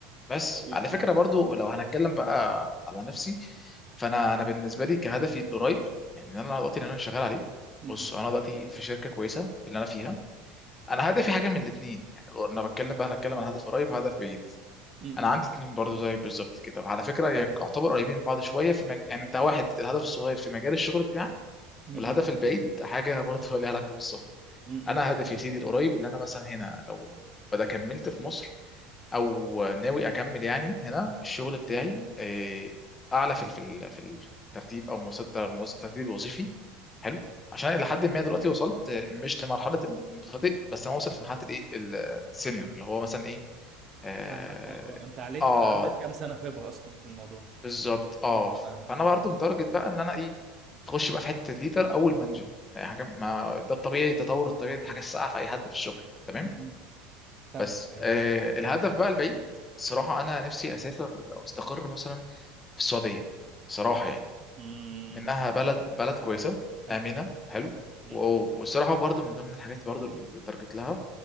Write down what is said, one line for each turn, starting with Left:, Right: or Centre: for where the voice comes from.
Left: بس
Right: حقيقي
Left: على فكرة برضو لو هنتكلم بقى على نفسي فانا انا بالنسبة لي كهدفي قريب يعني انا دلوقتي اللي انا شغال عليه
Right: م-
Left: بص انا دلوقتي في شركة كويسة في اللي انا فيها انا هدفي حاجه من الاثنين يعني لو انا بتكلم بقى انا بتكلم عن هدف قريب وهدف بعيد
Right: م-
Left: انا عندي اتنين برضو زي بالظبط كده وعلى فكره يعتبر قريبين من بعض شويه في مج... يعني انت واحد الهدف الصغير في مجال الشغل بتاعك
Right: م-
Left: والهدف
Right: م-
Left: البعيد حاجه برضو <laughs> ليها علاقه بالسفر
Right: م-
Left: انا
Right: م.
Left: هدفي يا سيدي القريب اللي انا مثلا هنا لو بدا كملت في مصر او ناوي اكمل يعني هنا الشغل بتاعي آه، اعلى في ال- في ال- في ال- في الترتيب او مستوى الترتيب الوظيفي حلو عشان الى حد ما دلوقتي وصلت آه، مش لمرحله المبتدئ بس انا واصل في مرحله الايه السينيور اللي هو مثلا ايه اه
Right: فاهمك اه اه انت عليك
Left: آه،
Right: بقى عندك كام سنة خبرة اصلا في الموضوع
Left: بالظبط اه
Right: اه آه، فاهمك
Left: فانا برضو متارجت بقى ان انا ايه تخش بقى في حته الليدر او المانجر يعني حاجه ما ده الطبيعي التطور الطبيعي دي حاجه الساقعه في اي حد في الشغل تمام
Right: م- م. فاهمك
Left: بس
Right: ايوه
Left: آه الهدف بقى البعيد الصراحه انا نفسي اسافر او استقر مثلا في السعوديه صراحه يعني
Right: م-
Left: منها بلد
Right: م.
Left: بلد
Right: فهمتك
Left: كويسه
Right: انا
Left: امنه
Right: فهمت
Left: حلو
Right: م-
Left: و-
Right: م.
Left: والصراحه برضو من ضمن الحاجات برضو اللي تارجت لها